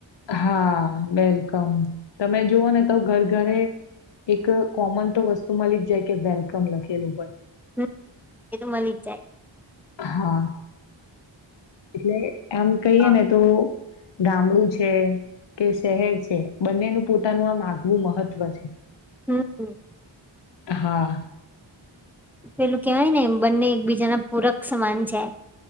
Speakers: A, on the left; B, in the centre.
A: હા વેલકમ તમે જુઓ ને તો ઘર ઘરે એક કોમન તો વસ્તુ મળી જ જાય કે વેલકમ લખેલું હોય.
B: હમ્મ એ તો મળી જ જાય.
A: હા એટલે એમ કહીએ
B: હા
A: ને તો ગામડું છે કે શહેર છે બંનેનું પોતાનું આ આગવું મહત્વ છે.
B: હમ્મ-હમ્મ.
A: હા.
B: પેલું કેવાય ને બંને એકબીજાના પૂરક સમાન છે.